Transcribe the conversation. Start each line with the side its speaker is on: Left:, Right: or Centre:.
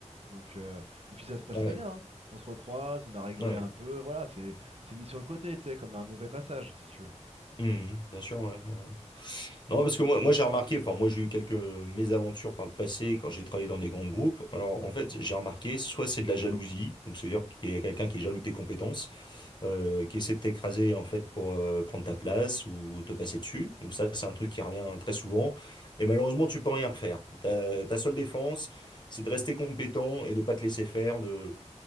Right: Donc, euh, et puis ça se passe
Left: Ouais.
Right: très bien. hein. On se recroise, on a rigolé
Left: Ouais.
Right: un peu. Voilà, c'est c'est mis sur le côté, tu sais, comme un mauvais passage, si tu veux.
Left: Hmm. Bien sûr, ouais. ouais. Non, parce que moi, moi j'ai remarqué, enfin moi j'ai eu quelques mésaventures par le passé quand j'ai travaillé dans des grands groupes. Alors en fait j'ai remarqué, soit c'est de la jalousie, donc c'est-à-dire qu'il y a quelqu'un qui est jaloux de tes compétences, euh, qui essaie de t'écraser en fait pour euh, prendre ta place ou te passer dessus. Donc ça c'est un truc qui revient très souvent. Et malheureusement tu peux rien faire. Ta, ta seule défense, c'est de rester compétent et de pas te laisser faire, de,